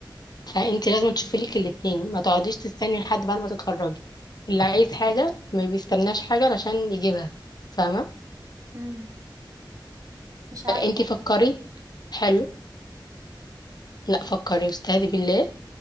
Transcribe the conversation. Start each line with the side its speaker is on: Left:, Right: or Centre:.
Left: فانت لازم تشوفي لك الاثنين ما تقعديش تستني لحد بعد ما تتخرجي اللي عايز حاجه ما بيستناش حاجه علشان يجيبها فاهمه
Right: مم. مش عارفه
Left: فانت فكري حلو لا فكري واستهدي بالله